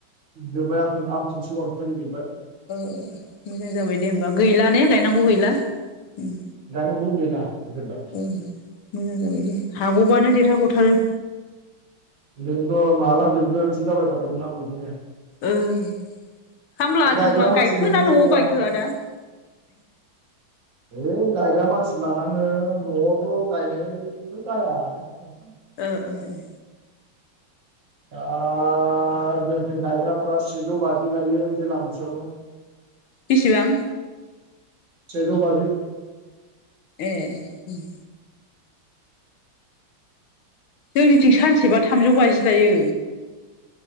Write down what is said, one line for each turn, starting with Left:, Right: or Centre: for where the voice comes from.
Right: जोब्बाय आं आमथिनि सिगाङावनो फोजोब जोब्बाय।
Left: ओ ओ ओ मोजां जाबाय दे होमबा गैला ने गायनांगौ गैला उम।
Right: गायनांगौ गैला जोबबाय।
Left: उम मोजां जाबाय दे हाग'बानो देरहा ग'थारो।
Right: बेन्थ' माला जोबगोनसो जाबाय थादोंमोन आं बेखौनो।
Left: ओं खामलाजों
Right: गायग्रा
Left: ला
Right: मानसि
Left: गायखोना
Right: मोननो
Left: न'आव
Right: नागिरा
Left: गायखो आदा? <inaudible>
Right: है गायग्रा मानसि लानाङो न'आवथ' गायनायथ' जाया। <unintelligible>
Left: ओ ओ ओं।
Right: दा जोंथिं गायग्राफोरा सेजौ बाजि लायो बेला मोनसेयावनो।
Left: बिसिबां?
Right: सेजौ बाजि।
Left: ए उम। जोंनिथिं सानसेबा थामजौ बाजि लायो।